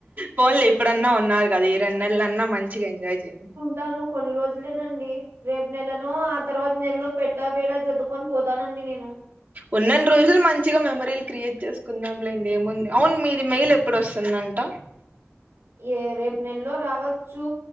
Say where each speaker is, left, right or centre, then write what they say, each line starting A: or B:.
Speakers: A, on the right; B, on the right.
A: పోన్లే ఇప్పుడన్నా ఉన్నారు కదా ఈ రెండు నెలలన్నా మంచిగా ఎంజాయ్ చేయండి
B: టాను కొన్ని రోజులేనండి రేపు నెలనో ఆ తర్వాత నెలలో పెట్టా పేడా సర్దుకొని పోతానండి నేను
A: ఉన్నన్ని రోజులు మంచిగ మెమరీలు క్రియేట్ చేసుకుందాం లేండి ఏముంది అవును మీది మెయిల్ ఎప్పుడోస్తుందంట
B: ఏ రేపు నెలలో రావచ్చు